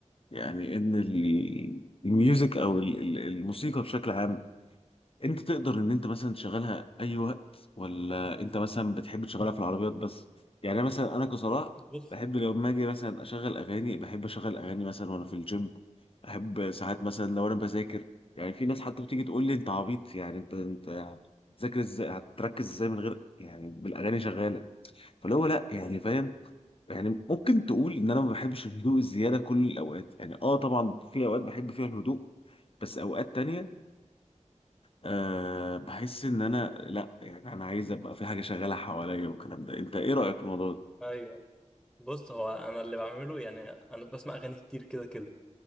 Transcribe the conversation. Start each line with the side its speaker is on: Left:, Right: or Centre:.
Left: يعني ان ال- الميوزك او ال- ال- الموسيقى بشكل عام انت تقدر ان انت مثلا تشغلها اي وقت ولا انت مثلا بتحب تشغلها في العربيات بس يعني مثلا انا كصلاح
Centre: بص
Left: بحب لو ما اجي مثلا اشغل اغاني بحب اشغل اغاني مثلا وانا في الجيم احب ساعات مثلا لو انا بذاكر يعني في ناس حتى بتيجي تقول لي انت عبيط يعني انت انت هتذاكر ازاي هتركز ازاي من غير يعني بالاغاني شغاله فاللي هو لا يعني فاهم يعني ممكن تقول ان انا ما بحبش الهدوء الزياده كل الاوقات يعني اه طبعا في اوقات بحب فيها الهدوء بس اوقات تانية أه بحس ان انا لا يعني انا عايز ابقى في حاجه شغاله حواليا والكلام ده انت ايه رايك في الموضوع ده
Centre: ايوه بص هو انا اللي بعمله يعني انا بسمع اغاني كتير كده كده